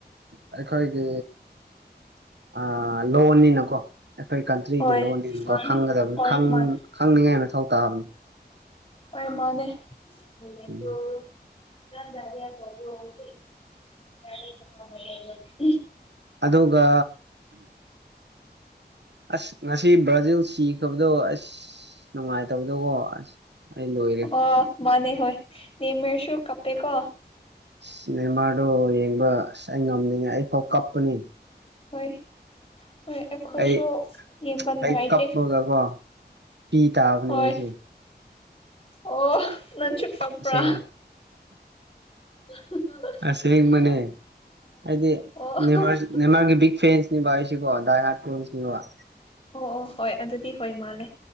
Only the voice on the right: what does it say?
ꯑꯩꯈꯣꯏꯒꯤ ꯑ ꯂꯣꯟꯅꯤꯅꯀꯣ ꯑꯩꯈꯣꯏ ꯀꯟꯇ꯭ꯔꯤꯒꯤ
ꯂꯣꯟꯗꯤ ꯗꯨꯝꯀꯣ
ꯈꯪꯒꯗꯕꯅꯤ
ꯈꯪ
ꯈꯪꯅꯤꯡꯉꯥꯏ ꯃꯊꯧ ꯇꯥꯕꯅꯤ
ꯎꯝ
ꯑꯗꯨꯒ ꯑꯁ ꯉꯁꯤ ꯕ꯭ꯔꯥꯖꯤꯜ ꯁꯤ ꯢꯇꯣꯝꯗꯀꯣ ꯑꯁ ꯅꯨꯡꯉꯥꯏꯇꯕꯗꯣ ꯀꯣ ꯑꯁ ꯑꯩ ꯂꯣꯏꯔꯦ
ꯁ ꯅꯦꯃꯥꯔꯗꯣ ꯌꯦꯡꯕ ꯑꯁ ꯑꯩ ꯉꯝꯗꯅꯦ ꯑꯩꯐꯥꯎ ꯀꯞꯄꯅꯤ
ꯑꯩ
ꯑꯩ ꯀꯞꯄꯒꯀꯣ ꯄꯤ ꯇꯥꯕꯅꯦ
ꯑꯩꯁꯦ
ꯑꯁꯦꯡ
ꯑꯁꯦꯡꯕꯅꯦ ꯍꯥꯏꯗꯤ
ꯅꯦꯃꯥꯔ ꯅꯦꯃꯥꯔꯒꯤ ꯕꯤꯛ ꯐꯦꯟꯁꯅꯤꯕ ꯑꯩꯁꯤꯀꯣ ꯗꯥꯏ ꯍꯥꯔꯠ ꯐꯣꯟꯁꯅꯤꯕ